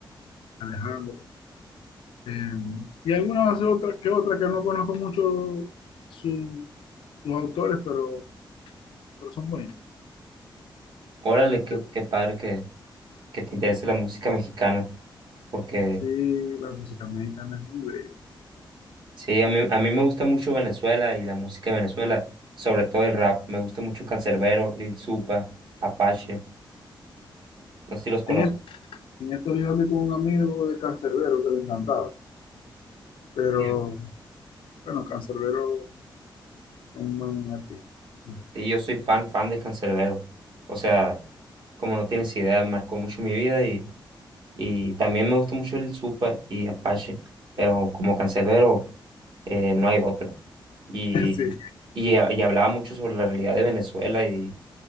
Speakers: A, on the left; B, on the right.
A: Alejandro, eh, y algunas otras que otras que no conozco mucho su- sus autores, pero, pero son bonitas.
B: órale,
A: Este,
B: qué, qué padre que, que te interese la música mexicana, porque
A: sí, la música mexicana es muy bella.
B: Sí, a mí, a mí me gusta mucho Venezuela y la música de Venezuela, sobre todo el rap. Me gusta mucho Canserbero, Lil Supa, Apache. No sé si los conozco.
A: En, et- en estos días hablé con un amigo de Canserbero que le encantaba. Pero
B: Sí,
A: bueno, Cancerbero es un buen artista. <laughs>
B: sí, yo soy fan, fan de Canserbero. O sea, como no tienes idea, marcó mucho mi vida y, y también me gusta mucho Lil Supa y Apache. Pero como Canserbero, eh, no hay otro. Y,
A: Sí,
B: y, y hablaba mucho sobre la realidad de Venezuela y,